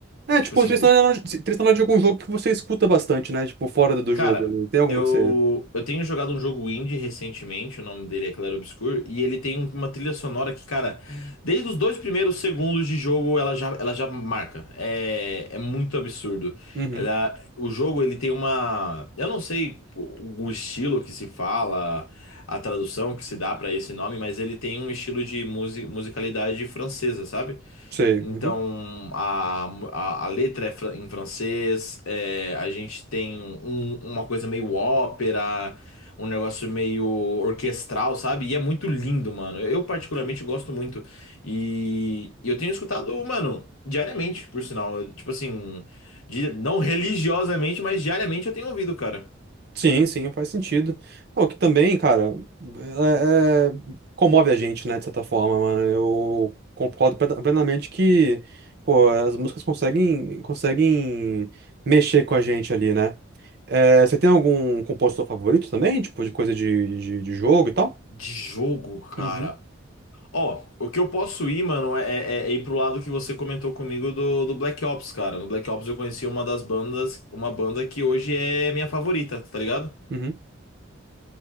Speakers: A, on the right (about 50°); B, on the left (about 85°).
A: É,
B: Tipo
A: tipo,
B: assim.
A: trilha sonora de trilha sonora de algum jogo que você escuta bastante, né? Tipo, fora do do
B: Cara,
A: jogo ali. Tem alguma
B: eu,
A: que você.
B: eu tenho jogado um jogo indie recentemente, o nome dele é Claro Obscur, e ele tem uma trilha sonora que, cara, desde os dois primeiros segundos de jogo ela já, ela já marca. É, é muito absurdo.
A: Uhum,
B: Ela, o jogo ele tem uma. Eu não sei o, o estilo que se fala, a tradução que se dá pra esse nome, mas ele tem um estilo de musi- musicalidade francesa, sabe?
A: sei.
B: Então,
A: uhum.
B: a, a, a letra é fran- em francês, é, a gente tem um- uma coisa meio ópera, um negócio meio orquestral, sabe? E é muito lindo, mano. Eu particularmente gosto muito. E eu tenho escutado, mano, diariamente, por sinal. Eu, Tipo assim, di- não religiosamente, mas diariamente eu tenho ouvido, cara.
A: Sim, sim, faz sentido. Pô, que também, cara, é- é- comove a gente, né? De certa forma, mano. Eu concordo plena- plenamente que, pô, as músicas conseguem, conseguem mexer com a gente ali, né? É, você tem algum compositor favorito também? Tipo, de coisa de, de, de jogo e tal?
B: De jogo, cara.
A: Uhum,
B: Ó, o que eu posso ir, mano, é, é- é ir pro lado que você comentou comigo do, do Black Ops, cara. No Black Ops eu conheci uma das bandas, uma banda que hoje é minha favorita, tá ligado?
A: uhum.